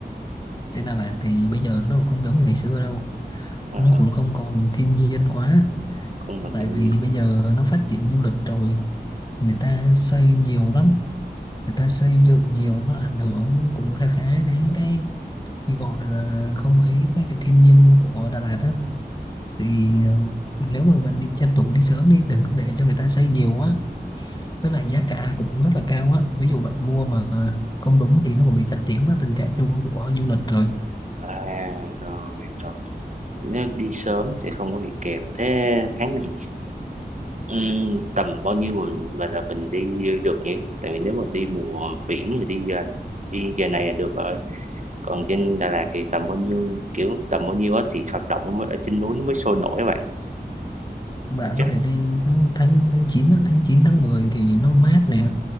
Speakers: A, on the left; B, on the right.
A: trên đà lạt thì bây giờ nó không giống như ngày xưa đâu
B: Ờ,
A: nó cũng không còn thiên nhiên quá
B: không còn
A: tại
B: thiên
A: vì
B: nhiên
A: bây
B: quá.
A: giờ nó phát triển du lịch rồi người ta xây nhiều lắm người ta xây dựng nhiều nó ảnh hưởng cũng khá khá đến cái, cái gọi là không khí với lại thiên nhiên của Đà Lạt á thì ừ, nếu mà bạn đi tranh thủ đi sớm đi đừng có để cho người ta xây nhiều quá với lại giá cả cũng rất là cao á ví dụ bạn mua mà không đúng thì nó cũng bị chặt chém đó tình trạng chung của du lịch rồi
B: À, rồi, rồi. nếu đi sớm để không có bị kẹt. Thế tháng này, ừm, tầm bao nhiêu mình mà là mình đi được nhỉ? Tại vì nếu mà đi mùa biển thì đi giờ đi giờ này là được rồi. Còn trên Đà Lạt thì tầm bao nhiêu, kiểu, tầm bao nhiêu á thì hoạt động mới ở trên núi nó mới sôi nổi các bạn.
A: bạn
B: Chắc
A: có thể đi tháng tháng tháng 9 á, tháng 9 tháng 10 thì nó mát nè